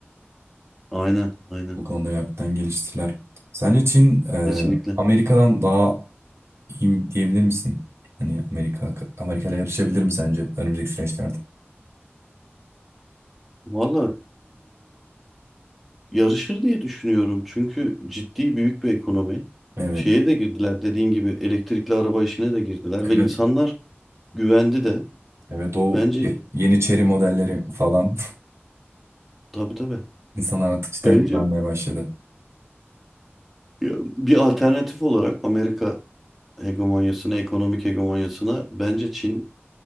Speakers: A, in the centre; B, on the right.
A: Aynen, aynen.
B: Bu konuda gerçekten geliştiler. Sence Çin e,
A: Kesinlikle.
B: Amerika'dan daha iyi mi diyebilir misin? Hani Amerika Amerika'yla yarışabilir mi sence önümüzdeki süreçlerde?
A: Valla Yarışır diye düşünüyorum. Çünkü ciddi büyük bir ekonomi.
B: Evet.
A: Şeye de girdiler dediğin gibi elektrikli araba işine de girdiler
B: Evet.
A: ve insanlar güvendi de.
B: Evet o
A: Bence
B: ye- yeni Chery modelleri falan
A: tabii tabii.
B: <laughs> insanlar artık cidden
A: Bence
B: güvenmeye başladı.
A: ya, bir alternatif olarak Amerika hegemonyasına, ekonomik hegemonyasına bence Çin